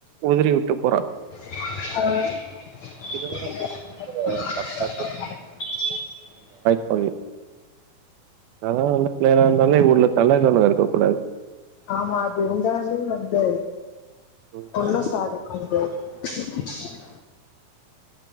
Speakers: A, on the right; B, on the left.
A: மாதிரி விட்டு போற
B: <inaudible>
A: இதெல்லாம்
B: அ
A: தப்பா ஓகே அதலா நல்ல ப்ளேயரா இருந்தாலு எங்க ஊர்ல தலக்கனோ இருக்க கூடாது
B: ஆமா அது உங்களாலு வந்து
A: ம்.
B: ஒன்னு சாத <inaudible>